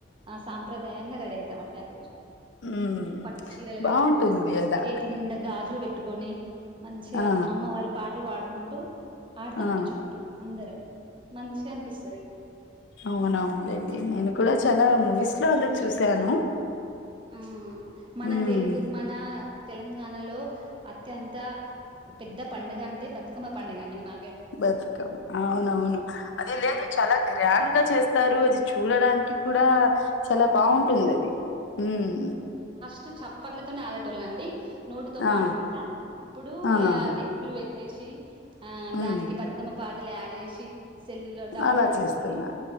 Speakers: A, on the right (about 30°); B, on the left (about 80°).
A: ఆ సాంప్రదాయంగా రెడీ అవుతామండి ఆ రోజు
B: ఉమ్
A: పట్టు చీరలు కట్టుకోనే
B: బాగుంటుంది అలా
A: చేతి నింద గాజు జులు పెట్టుకొని మంచిగా
B: ఆ
A: అమ్మవారి పాటలు పాడుకుంటూ ఆడుతామండి
B: ఆ
A: చుట్టూ అందరం మంచిగనిపిస్తది
B: అవునవును లెండి నేను కూడా చాలా మూవీస్లో అంద్ చూసాను
A: ఆ మన
B: ఉమ్
A: తెలుగు మన తెలంగాణలో అత్యంత పెద్ద పండుగ అంటే బతుకమ్మ పండుగే అండి మా
B: బతుకమ్ అవునవును అదే లేదు
A: ఉమ్
B: చాలా గ్రాండ్ గా చేస్తారు అది చూడడానికి కూడా చాలా బాగుంటుంది
A: ఆ
B: అది మ్
A: స్టు చప్పట్లతోనే ఆడేటోళ్ళండి నోటితో
B: ఆ
A: పాడుకుంటా ఇప్పుడు
B: ఆ
A: ఇగ డెక్కులు పె ట్టేసి ఆ
B: హ్మ్.
A: దానికి బతుకమ్మ పాటలు అడ్ చేసి సెల్ లో డౌన్లోడ్
B: అలా
A: చేసుకొని
B: చేస్తున్నా.